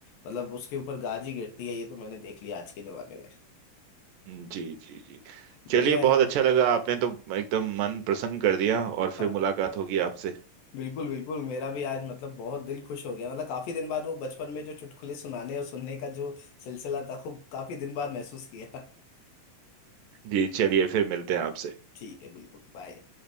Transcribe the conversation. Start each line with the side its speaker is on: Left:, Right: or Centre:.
Left: मतलब उसके ऊपर गाजी गिरती है ये तो मैंने देख लिया आज के जमाने में
Right: हम्म, जी जी जी चलिए
Left: बढ़िया
Right: बहुत
Left: है
Right: अच्छा लगा आपने तो एकदम मन प्रसन्न कर दिया और
Left: हाँ
Right: फिर मुलाकात होगी आपसे
Left: बिल्कुल बिल्कुल मेरा भी आज मतलब बहुत दिल खुश हो गया मतलब काफी दिन बाद वो बचपन में जो चुटकुले सुनाने और सुनने का जो सिलसिला था खूब काफी दिन बाद महसूस किया
Right: जी चलिए फिर मिलते हैं आपसे
Left: ठीक है बिल्कुल बाय